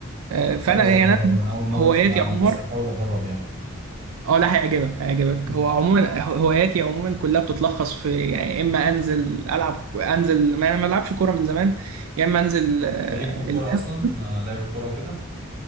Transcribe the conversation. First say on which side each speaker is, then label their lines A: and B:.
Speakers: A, on the right (about 80°); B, on the right (about 40°).
A: آه، فأنا
B: هحاول
A: يعني
B: اجربه
A: أنا
B: انا اول مره
A: هواياتي
B: اسمع
A: يا
B: عنه
A: عمر
B: بس هحاول اجرب يعني
A: اه لا هيعجبك هيعجبك
B: مم.
A: هو عموما هواياتي عموما كلها بتتلخص في يعني يا اما انزل العب انزل ما ما العبش كوره من زمان يا اما انزل آه،
B: ليك في الكوره
A: الجيم.
B: اصلا
A: <laughs>
B: آه لعب الكوره وكده